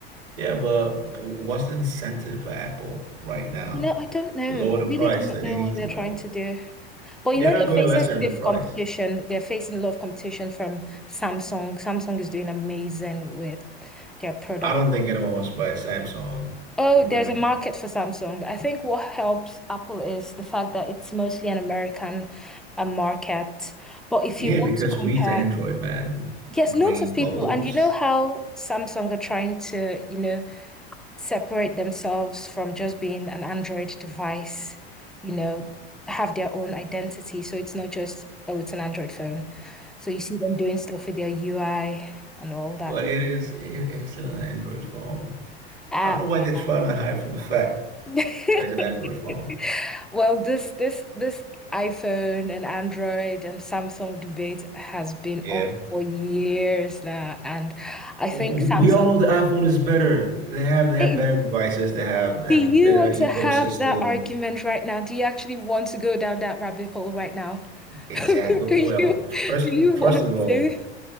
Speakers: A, on the right; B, in the centre.
A: Yeah, but what's the incentive for Apple right now
B: You know, I don't know.
A: to lower
B: I
A: the
B: really
A: price
B: do not
A: that
B: know
A: they need
B: what they're
A: to? Like,
B: trying to do. But
A: they're
B: you know,
A: not
B: they're
A: going
B: facing
A: lesser in
B: stiff
A: the price.
B: competition. They're facing a lot of competition from Samsung. Samsung is doing amazing with their product.
A: I don't think anyone wants to buy a Samsung
B: Oh,
A: for real.
B: there's a market for Samsung. I think what helps Apple is the fact that it's mostly an American uh, market. But if
A: Yeah,
B: you want
A: because
B: to compare,
A: who is Android, man?
B: yes,
A: Green
B: lots of
A: bubbles.
B: people, and you know how Samsung are trying to, you know, separate themselves from just being an Android device, you know, have their own identity. So it's not just, oh, it's an Android phone. So you see them doing stuff with their UI and all that.
A: But it is it is still an Android phone.
B: Ah,
A: I don't know
B: well.
A: why they're trying to hide from the fact
B: <laughs>
A: that it's an Android phone.
B: Well, this this this iPhone and Android and Samsung debate has been
A: Yeah.
B: on for years now, and I think
A: Well,
B: Samsung.
A: we all know the iPhone is better. They have they have
B: Eh,
A: better devices. They have they
B: do
A: have
B: you
A: a better
B: want
A: ecosystem.
B: to have that argument right now? Do you actually want to go down that rabbit hole right now? <laughs>
A: Exactly.
B: Do
A: Well,
B: you
A: first
B: do you
A: first
B: want
A: of all,
B: to?